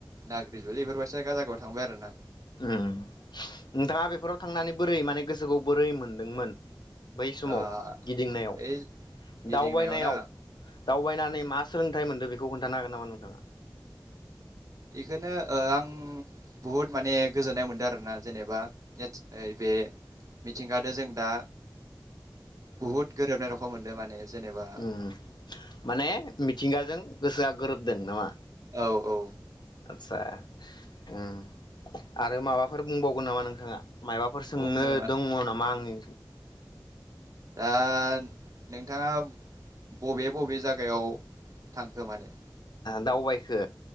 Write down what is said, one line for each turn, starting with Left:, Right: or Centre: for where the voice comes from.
Right: नाग्रि जुलि बेफोरबायसा जायगायाव थांबाय आरो ना।
Left: उम नोंथाङा बेफोराव थांनानै बोरै माने गोसोखौ बोरै मोनदोंमोन? बै समाव
Right: ओ
Left: गिदिंनायाव
Right: ओइ गिदिंनायाव
Left: दावबायनायाव
Right: ना
Left: दावबायनानै मास सोलोंथाइ मोनदों बेखौ खोन्थानो हागोन नामा नोंथाङा?
Right: इखोनो ओ आं बुहुद माने गोजोननाय मोनदों आरोना जेनेबा जर्स ओ ने बे मिथिंगादो जों दा बुहुत गोरोबनाय रखम मोनदों माने? जेनेबा
Left: ओम माने मिथिंगाजों गोसोआ गोरोबदों नामा?
Right: औ औ
Left: आतसा उम आरो माबाफोर बुंबावगोन नामा नोंथाङा। मायबाफोर सोंनो
Right: बुंनो
Left: दङ नामा आंनि।
Right: ओ नोंथाङा बबे बबे जायगायाव थांखो माने?
Left: दावबायखो